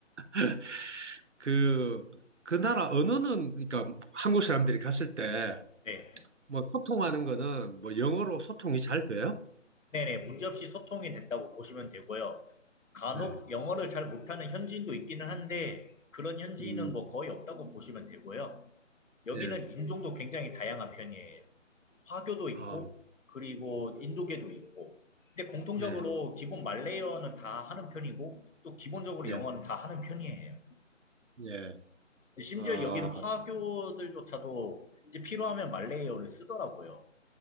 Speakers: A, on the right; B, on the left.
A: <laughs> 그, 그 나라 언어는, 그러니까 한국 사람들이 갔을 때,
B: 네,
A: 뭐, 소통하는 거는, 뭐, 영어로 소통이 잘 돼요?
B: 네네 문제없이 소통이 된다고 보시면 되고요. 간혹
A: 네.
B: 영어를 잘 못하는 현지인도 있기는 한데 그런 현지인은
A: 음,
B: 뭐 거의 없다고 보시면 되고요. 여기는
A: 예.
B: 인종도 굉장히 다양한 편이에요. 화교도 있고,
A: 아,
B: 그리고 인도계도 있고. 근데 공통적으로
A: 네.
B: 기본 말레이어는 다 하는 편이고, 또 기본적으로
A: 예.
B: 영어는 다 하는 편이에요.
A: 예.
B: 심지어
A: 아,
B: 여기는 화교들조차도 이제 필요하면 말레이어를 쓰더라고요.